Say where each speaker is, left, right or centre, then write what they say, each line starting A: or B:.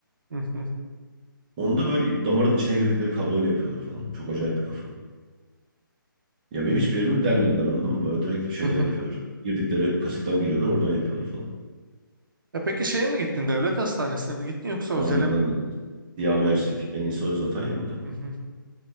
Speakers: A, on the right; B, on the right.
A: Hı hı,
B: Onda böyle damarın içine girdikleri kabloyla yapıyorlar falan. Çok acayip bir kafa. Ya benim hiçbir yerimi delmediler anladın mı? Böyle direkt şeyden
A: hı hı.
B: yapıyorlar. Girdikleri kasıktan giriyorlar, oradan yapıyorlar falan.
A: E peki şeye mi gittin? Devlet hastanesine mi gittin yoksa özele
B: Aynen
A: mi
B: aynen.
A: gittin?
B: Siyah Ersek. En iyisi o zaten ya burada.
A: Hı hı.